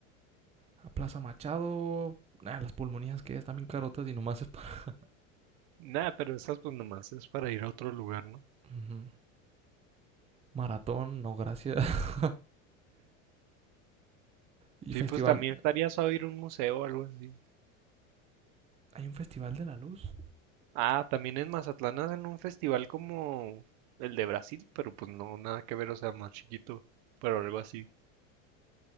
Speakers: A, on the right (about 15°); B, on the right (about 55°).
A: A Plaza Machado. Ah, las pulmonías que están bien carotas y nomás es para...
B: Nada, pero esas pues nomás es para ir a otro lugar, ¿no?
A: Ujú. Maratón, no gracias. <laughs> Y
B: Sí,
A: festival
B: pues también estaría suave ir a un museo o algo así.
A: Hay un festival de la luz.
B: Ah, también en Mazatlán hacen un festival como el de Brasil, pero pues no, nada que ver, o sea, más chiquito, pero algo así.